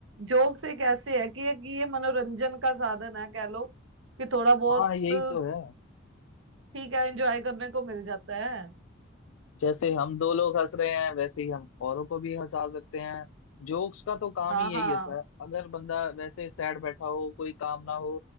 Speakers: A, on the right; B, on the left.
A: जोक्स एक ऐसे है कि एक ये मनोरंजन का साधन है कह लो कि थोड़ा बहुत
B: हाँ यही
A: ठीक
B: तो है
A: है एंजॉय करने को मिल जाता है
B: जैसे हम दो लोग हंस रहे हैं वैसे ही हम औरों को भी हंसा सकते हैं जोक्स का तो काम
A: हाँ
B: ही
A: हाँ
B: यही होता है अगर बंदा वैसे सैड बैठा हो कोई काम ना हो